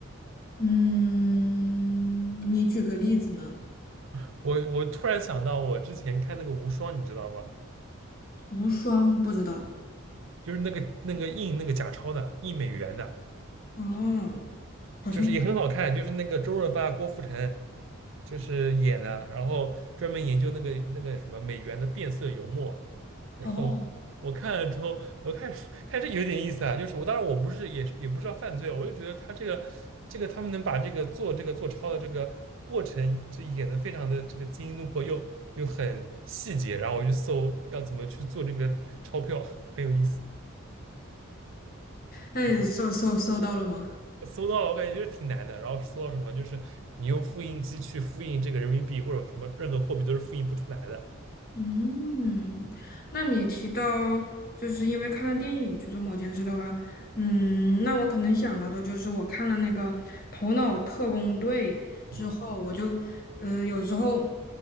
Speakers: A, on the left; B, on the right.
A: 嗯，你举个例子呢？
B: <laughs> 我我突然想到，我之前看那个《无双》，你知道吗？
A: 无双不知道。
B: 就是那个那个印那个假钞的，印美元的。
A: 哦，好像
B: 就是也很好看，就是那个周润发、郭富城就是演的，然后专门研究那个那个什么美元的变色油墨，然后我看了之后，
A: 哦，
B: 我看看这有点意思啊，就是我当然我不是也是也不知道犯罪啊，我就觉得他这个这个他们能把这个做这个做钞的这个过程，这演的非常的这个惊心动魄又又很细节，然后我就搜要怎么去做这个钞票，很有意思，
A: 那你搜搜搜到了吗？
B: 嗯。我搜到了，我感觉就是挺难的。然后搜到什么，就是你用复印机去复印这个人民币或者什么任何货币都是复印不出来的。
A: 嗯，那你提到就是因为看了电影去做某件事的话，嗯，那我可能想到的就是我看了那个《头脑特工队》之后，
B: 嗯，
A: 我就呃有时候